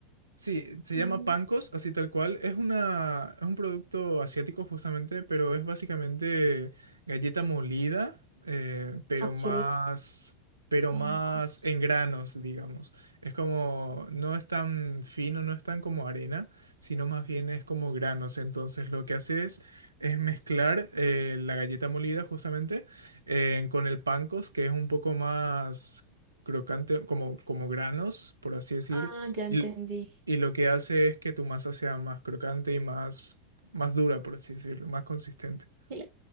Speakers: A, on the right (about 80°); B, on the right (about 60°).
A: Sí, se llama
B: mm,
A: Pancos, así tal cual. Es una, es un producto asiático justamente, pero es básicamente galleta molida, eh, pero
B: ok,
A: más, pero
B: pancos.
A: más en granos, digamos. Es como, no es tan fino, no es tan como arena, sino más bien es como granos. Entonces lo que hace es, es mezclar eh, la galleta molida justamente eh, con el Pancos, que es un poco más crocante, como, como granos, por así decir.
B: Ah, ya entendí.
A: y- y lo que hace es que tu masa sea más crocante y más, más dura, por así decirlo, más consistente.
B: <laughs>